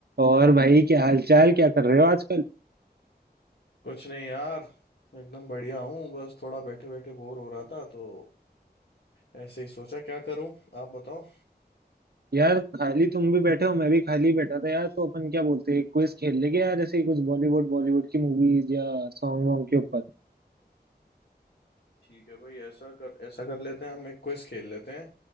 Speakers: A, on the right (about 65°); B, on the left (about 75°).
A: और भाई क्या हालचाल क्या कर रहे हो आजकल
B: कुछ नहीं यार एकदम बढ़िया हूँ बस थोड़ा बैठे बैठे बोर हो रहा था तो ऐसे ही सोचा क्या करूँ आप बताओ
A: यार खाली तुम भी बैठे हो मैं भी खाली बैठा था यार तो अपन क्या बोलते हैं क्विज खेल लेंगे यार ऐसे ही कुछ बॉलीवुड बॉलीवुड की मूवीज या सॉन्ग वॉन्ग के ऊपर
B: ठीक है भाई ऐसा कर ऐसा कर लेते हैं हम एक क्विज खेल लेते हैं